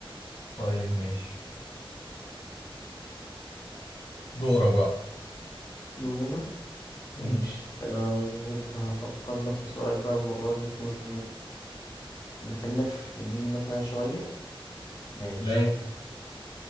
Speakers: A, on the left; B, on the left.
A: طيب ماشي دورك بقى
B: دول هنا
A: امم
B: ماشي طيب هفكر لك في سؤال بقى المرة دي يكون خلينا في دين مثلا شوية ماشي
A: ماشي